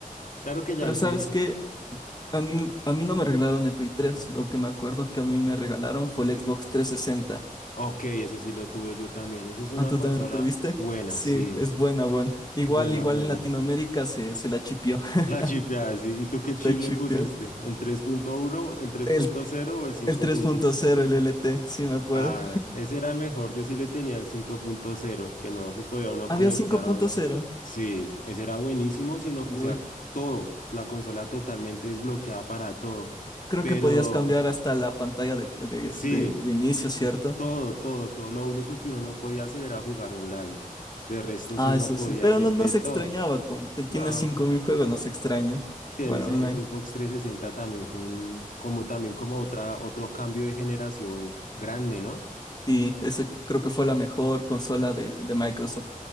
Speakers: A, on the left; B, on the left.
A: Claro que ya
B: Pero
A: el
B: ¿sabes
A: Play.
B: qué? A mí, a mí no me regalaron el Play tres Lo que me acuerdo que a mí me regalaron fue el Xbox trescientos sesenta
A: Ok, ese sí lo tuve yo también. Esa es una
B: Ah, ¿tú
A: consola
B: también lo tuviste?
A: buena,
B: Sí,
A: sí.
B: es buena, buena. Igual,
A: Buena,
B: igual
A: buena.
B: en Latinoamérica se, se la chipió. <laughs>
A: La chipeada, sí. ¿Y tú qué chip
B: La chipió.
A: le pusiste? ¿El tres punto uno, el tres
B: El,
A: punto cero o el 5.0?
B: el tres punto cero el L T sí me acuerdo.
A: Ah, ese era el mejor. Yo sí le tenía el 5.0, que no se podía uno
B: Había
A: conectar
B: cinco punto
A: online.
B: cero
A: Sí, ese era buenísimo, sino, o
B: Uy.
A: sea, todo, la consola totalmente desbloqueada para todo.
B: Creo
A: Pero
B: que podías cambiar hasta la pantalla de, de,
A: sí,
B: de- de inicio, ¿cierto?
A: todo, todo, todo. Lo único que uno no podía hacer era jugar online. De resto,
B: Ah,
A: sí uno
B: eso
A: podía
B: sí. Pero
A: hacer
B: no, no
A: de
B: se
A: todo.
B: extrañaba. Con, te- tienes
A: No,
B: 5.000 juegos, no se extraña
A: y
B: jugar
A: en ese,
B: online.
A: ese Xbox 360 también fue un, como también como otra, otro cambio de generación grande, ¿no?
B: Sí, ese creo que fue la mejor consola de, de Microsoft.